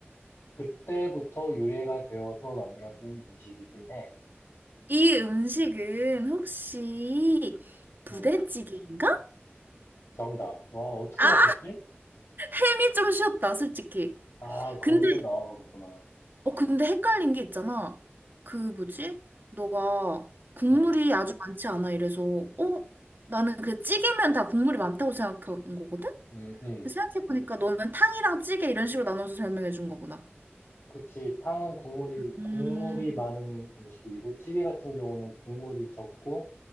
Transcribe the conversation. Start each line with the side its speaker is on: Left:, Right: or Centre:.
Left: 그때부터 유래가 되어서 만들어진 음식이긴 해.
Right: 이 음식은 혹시 부대찌개인가?
Left: 음, 정답. 와, 어떻게
Right: 아,
Left: 맞췄지?
Right: 햄이 좀 쉬웠다, 솔직히.
Left: 아, 거기서
Right: 근데
Left: 나와버렸구나.
Right: 어 근데 헷갈린 게 있잖아. 그 뭐지? 너가 국물이
Left: 음,
Right: 아주 많지 않아 이래서 어 나는 그 찌개면 다 국물이 많다고 생각한 거거든.
Left: 음, 음.
Right: 생각해보니까 너는 탕이랑 찌개 이런 식으로 나눠서 설명해 준 거구나.
Left: 그치. 탕은 국물이,
Right: 음,
Left: 국물이 많은 음식이고, 찌개 같은 경우는 국물이 적고,